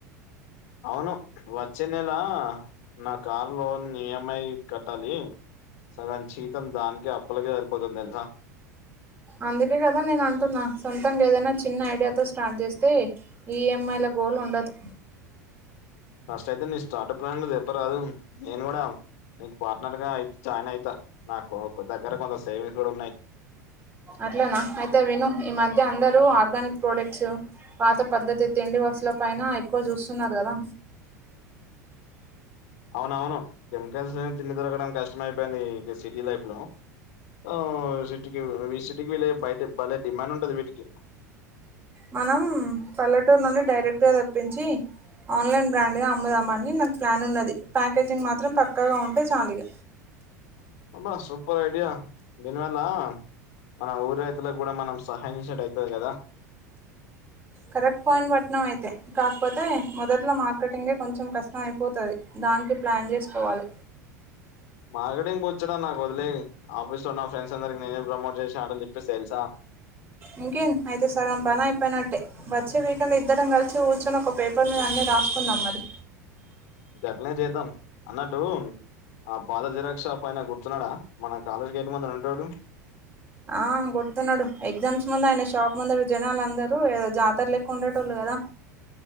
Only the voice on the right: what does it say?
అందుకే గదా నేను అంటున్నా సొంతంగ ఏదన్న చిన్న ఐడియాతో స్టార్ట్ జేస్తే ఈ ఎం ఐ ల. గోల్ ఉండదు
అట్లనా అయితే విను, ఈ మధ్య అందరూ ఆర్గానిక్ ప్రోడక్ట్స్, పాత పద్ధతి తిండి వ. అసుల పైన ఎక్కువ జూస్సున్నారు గదా
మనం పల్లెటూరు నుండి డైరెక్ట్గా దెప్పించి ఆన్లైన్ బ్రాండ్ గా అమ్ముదామని నాకు ప్లాన్ ఉన్నది, ప్యాకేజింగ్ మాత్రం పక్కాగా ఉంటే చాలు ఇగ.
కరెక్ట్ పాయింట్ బట్నవ్ అయితే కాక్పోతే మొదట్లో మార్కెటింగే కొంచెం కష్టం అయిపోతది దానికి ప్లాన్ చేసుకోవాలె
ఇంకేన్ అయితే సగం పని అయిపోయినట్టే వచ్చే వీకెండ్ ఇద్దరం గల్ చి గూర్చుందం ఒక పేపర్ మీద అన్నీ రాసుకుందాం మరి
ఆ గుర్తున్నాడు ఎగ్జామ్స్ ముందు, ఆయన షాప్ ముందల్ జనాలు అందరూ ఏదో జాతర లెక్క ఉండేటోళ్ళు గదా.